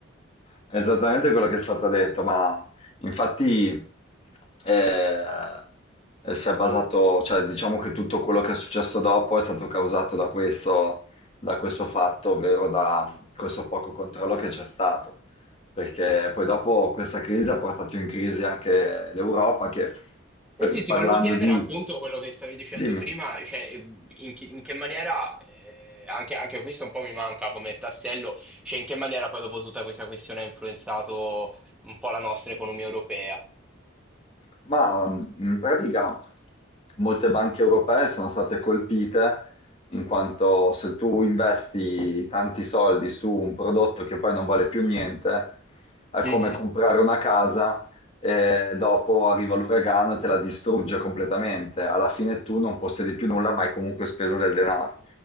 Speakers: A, on the left (about 30°); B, in the centre.
A: Esattamente quello che è stato detto, ma infatti
B: <laughs>
A: eh, eh, si è basato, cioè diciamo che tutto quello che è successo dopo è stato causato da questo, da questo fatto, ovvero da questo poco controllo che c'è stato, perché poi dopo questa crisi ha portato in crisi anche l'Europa che,
B: Eh
A: per-
B: sì, ti
A: parlando
B: volevo chiedere
A: di...
B: appunto quello che stavi dicendo
A: Dimmi.
B: prima, cioè in, chi- in che maniera, eh, anche, anche questo un po' mi manca come tassello, cioè in che maniera poi dopo tutta questa questione ha influenzato un po' la nostra economia europea.
A: Ma mh, in pratica molte banche europee sono state colpite in quanto se tu investi tanti soldi su un prodotto che poi non vale più niente, è
B: Mhm,
A: come comprare una casa e dopo arriva l'uragano e te la distrugge completamente. Alla fine tu non possiedi più nulla, ma hai comunque speso del denaro.